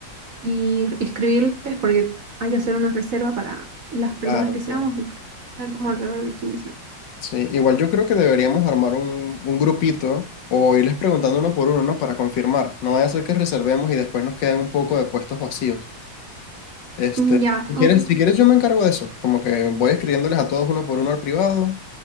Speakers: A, on the right (about 50°); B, on the left (about 70°).
A: y escribirles porque hay que hacer una reserva para las personas
B: Claro,
A: que seamos,
B: claro.
A: que ser como alrededor de 15.
B: Sí, igual yo creo que deberíamos armar un, un grupito o irles preguntando uno por uno, ¿no? Para confirmar. No vaya a ser que reservemos y después nos queden un poco de puestos vacíos. Este,
A: Mm, Ya,
B: si quieres,
A: ok,
B: si quieres yo me encargo de eso. Como que voy escribiéndoles a todos uno por uno al privado,